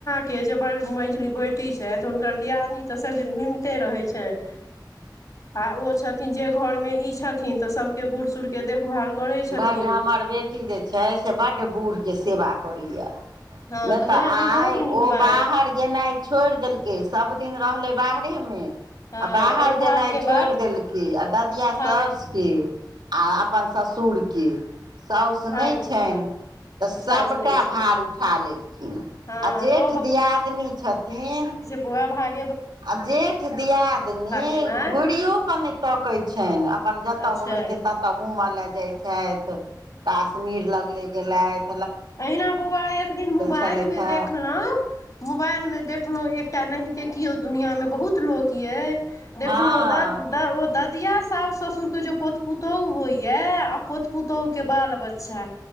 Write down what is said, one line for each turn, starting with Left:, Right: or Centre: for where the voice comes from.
Left: के जे बड़ मझली बेटी छथि हुनकर दियादनी तऽ सभदिन घुमिते रहै छनि आ ओ छथिन जे घरमे ई छथिन तऽ सभके बूढ़ सूढ़के देखभाल करै छथिन
Right: बड्ड हमर बेटी जे छै से बड्ड बूढ़के सेवा करैए
Left: हँ
Right: नइ तऽ
Left: उएह
Right: आइ
Left: नीक बहुत
Right: ओ
Left: नीक बात
Right: बाहर गेनाइ छोड़ि देल के सब दिन रहलै बाहरे मे आ
Left: हँ
Right: बाहर
Left: तऽ ओ
Right: जेनाइ
Left: भागके
Right: छोड़ि
Left: बात
Right: देलकी आ ददिया
Left: भाग
Right: साउस की आ अपन ससु सुरके साउस नहि
Left: भागके
Right: छनि
Left: बात
Right: तऽ सबटा
Left: साउस नहि छै
Right: भार उठा लेलखिन
Left: हँ
Right: आ जेठ
Left: तऽ
Right: दियादिनी छथिन
Left: उहै भाग
Right: आ जेठ दियादिन
Left: केनाइ
Right: घुरियो केऽ नहि तकैत छनि अपन जतय
Left: अच्छा
Right: मोन होइत छनि तत त घूमऽ ले जाय छथि कश्मीर लगले गेलैथ
Left: अहिना बौआ एक दिन मोबाइलमे
Right: छलथि हेँ
Left: देखलौं मोबाइलमे देखलहुँ एकटा एहिते किओ दुनिआँमे बहुत लोक अय देखनौ
Right: हँ
Left: ददऽ तऽ ओ ददिया साउस ससुर के जे पोत पुतोहु होइया आ पोत पुतोहु के बाल बच्चा अच्छा